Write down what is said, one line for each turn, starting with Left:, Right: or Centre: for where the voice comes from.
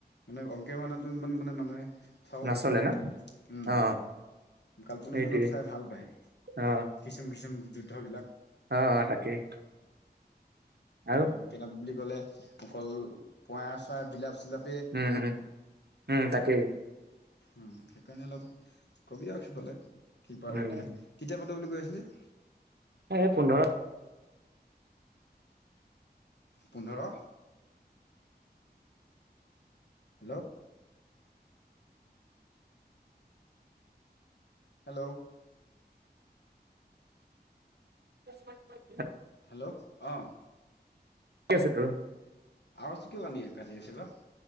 Left: মানে অংকীয়া মানটো ইমান মানে মানুহে চাব
Right: নচলে
Left: পছন্দ নকৰে,
Right: ন
Left: উম।
Right: অ
Left: কাল্পনিকটো
Right: সেইটোৱে
Left: অলপ চাই ভাল পায়।
Right: অ
Left: কিছুম-কিছুম যুদ্ধবিলাক।
Right: অ অ অ তাকেই আৰু
Left: ৰংকী নাথ বুলি ক'লে অকল পয়াৰ চৰাই বিলাপ চিলাপ
Right: উম, উম, উম, তাকে।
Left: উম, সেইকাৰণে অলপ ক'বি আৰু সিফালে। কি পাওঁ
Right: উম
Left: এতিয়া, কেতিয়া পাতে বুলি কৈ আছিলি?
Right: এই পোন্ধৰ
Left: পোন্ধৰ। হেল্লো। হেল্লো। '
Right: শুনি আছো‌ কোৱা।
Left: হেল্লো অহ।
Right: কি আছে তোৰ।
Left: আৱাজটো কিয় কান্দি কাটি আছে বা।